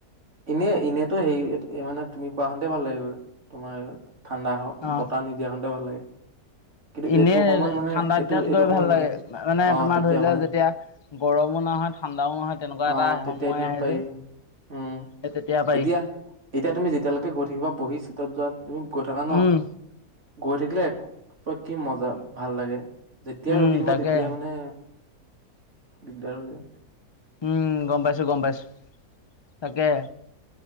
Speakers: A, on the right; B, on the left.
A: এনেই -এনেইতো হেৰি মানে তুমি কোৱা হতে ভাল লাগিব তোমাৰ ঠাণ্ডা হওঁ
B: অ,
A: বতাহ নিদিয়াহনতে ভাল লাগে। কিন্তু
B: ইনে
A: এইটো সময়ত মানে
B: ঠাণ্ডা
A: এইটো
B: দিনত
A: এইটো
B: গৈ
A: সময়ত
B: ভাল
A: নোৱাৰি
B: লাগে মানে
A: অ
B: তোমাৰ
A: তেতিয়া
B: ধৰি
A: পাৰি
B: লোৱা যেতিয়া গৰমো নহয় ঠাণ্ডাও নহয় তেনেকুৱা
A: অ
B: এটা
A: তেতিয়া
B: সময়
A: দিনত
B: আহে
A: পাৰি
B: যে এই
A: উম
B: তেতিয়া পাৰি।
A: এতিয়া এতিয়া তুমি যেতিয়ালৈকে গৈ থাকিবা বহি চিটত যোৱা তুমি গৈ থাকা ন
B: উম,
A: গৈ থাকিলে <unintelligible> কি মজা ভাল লাগে যেতিয়া
B: উম,
A: ৰখি দিব
B: তাকে
A: তেতিয়াই মানে দিগদাৰ হৈ যায়।
B: উম, গম পাইছোঁ -গম পাইছোঁ তাকে।